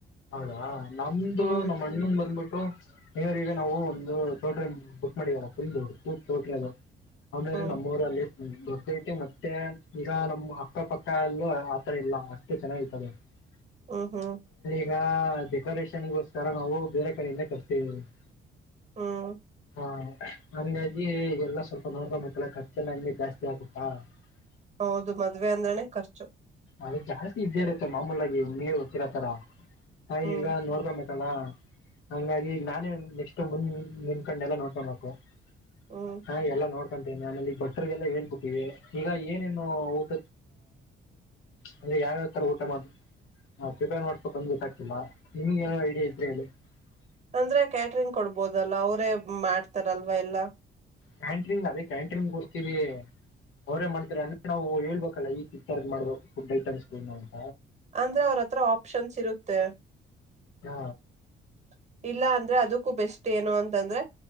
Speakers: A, on the left (about 80°); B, on the right (about 35°).
A: ಹೌದಾ ನಮ್ದು
B: ಹ್ಮ್
A: ನಮ್ಮ ಅಣ್ಣನ್ ಬಂದ್ಬಿಟ್ಟು.. <unintelligible> ವ ಈಗ ನಾವು ಒಂದು ಹೋಟ್ರಲ್ ಬುಕ್ ಮಾಡಿದಲ್ಲ ಫುಲ್ ದಡ್ೋಟಲ್ ಅ.. <unintelligible> ಅವನೇಲೆ
B: ಹ್ಮ್
A: ನಮ್ಮೂಊರಲ್ಲಿ.. <inaudible> ಹ್ಮ್ ದೊಡ್ದೈತೆ ಮತ್ತೆ ಈಗ ನಮ್ ಅಕ್ಕಪಕ್ಕಲ್ಲೂ ಆತರ ಇಲ್ಲ ಅಷ್ಟು ಚೆನ್ನಾಗತದೆ.. <unintelligible>
B: ಹ್ಮ್ ಹ್ಮ್.. <inaudible>
A: ಈಗ ಡೆಕೋರೇಷನ್ಗೋಸ್ಕರ ನಾವು ಬೇರೆ ಕಡೆಯಿಂದೇ ಕರ್ಸ್ತವಿ... <unintelligible>
B: ಹ್ಮ.. <inaudible>
A: ಹಾ ಅಂಗಾಜಿ ಈಗೆಲ್ಲ ಸ್ವಲ್ಪ ನೋಡ್ಕೊಬೇಕಲ್ಲ ರ್ಚೆಲ್ಲ ಎ ಜಾಸ್ತಿ ಆಗುತ್ತಾ.. <unintelligible>
B: ಹೌದು ಮದ್ವೆ ಅಂದ್ರನನೆ ಖರ್ಚು.. <unintelligible>
A: ಅದ ಜಾಸ್ತಿ ಇದ್ದೇ ಇರುತ್ತೆ ಮಾಮೂಲಾಗಿ ಹುಗೇ ಗೊತ್ತಿರತರ... <unintelligible> ಹ
B: ಹ್ಮ್
A: ಈಗ ನೋಡ್ತ ಮತ್ತ.. <inaudible> ಲ್ಲಾ ಹಂಗಾಗಿ ನಾನೇ ನೆಕ್ಸ್ಟ್ ಮುಂದ್ ನಿನ್ ಕಂಡ ಎಲ್ಲ ನೋಡ್ಕೊಬೇಕು... <unintelligible>
B: ಹ್ಮ್
A: ಹಾ ಎಲ್ಲ ನೋಡ್ತ... <inaudible> ನಾನಲ್ಲಿ ಬಟರ್ಗೆಲ್ಲ ಹೇಳ್ಬಿಟ್ಟಿ ಈಗ ಏನೇನು ಊಟ ಅಂದ್ರೆ ಯಾವ್ಯಾವ್ ತರ ಊಟ ಮಾಡ ಪ್ರಿಪೇರ್ ಮಾಡ್ಕು ಬಂದ್ಬ.. <unintelligible> ನಿಮಗ ಏನು ಐಡಿಯಾ ಇದ್ರೆ ಹೇಳಿ... <unintelligible>
B: ಅಂದ್ರೆ ಕ್ಯಾಟ್ರಂಗ್ ಕೊಡ್ಬೋದಲ್ಲ ಅವ್ರೇ ಮಾಡ್ತಾರಲ್ವಾ ಎಲ್ಲಾ... <unintelligible>
A: ಕ್ಯಾಂಟ್ರಿಂಗ್ ಅದೇ ಕ್ಯಾಂಟ್ರಿಂಗ್ ಕೊಡ್ತೀವಿ ಅವ್ರೇ ಮಾಡ್ತಾರೆ ಅಂದ ನಾವು ಹೇಳ್ಬೇಕಲ್ಲ ಈಥರದ್ ಮಾಡ್ಬೇಕು ಫುಡ್ಲ್ಲಿ ತರಿಸೀವಿ ನಾ... <unintelligible>
B: ಅಂದ್ರೆ ಅವ್ರತ್ರ ಆಪ್ಷನ್ಸ್ ಇರುತ್ತೆ..
A: ಹಾ
B: <unintelligible> ಇಲ್ಲ ಅಂದ್ರೆ ಅದಕ್ಕೂ ಬೆಸ್ಟ್ ಏನು ಅಂತಂದ್ರೆ